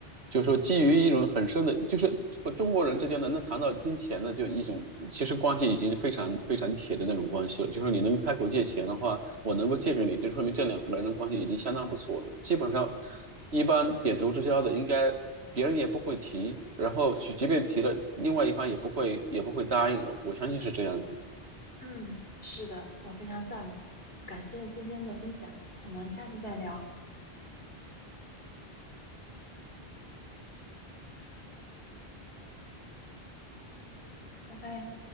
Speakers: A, on the right (about 85°); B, on the left (about 65°).
A: 就是说基于一种很深的，就是和中国人之间能能谈到金钱的，就一种其实关系已经非常非常铁的那种关系了，就是你能开口借钱的话，我能够借给你，就说明这两个人的关系已经相当不错了，基本上一般点头之交的应该。别人也不会提，然后去，即便提了，另外一方也不会也不会答应。我我相信是这样子。
B: 嗯，是的，我非常赞同。感谢今天的分享，我们下次再聊，拜拜。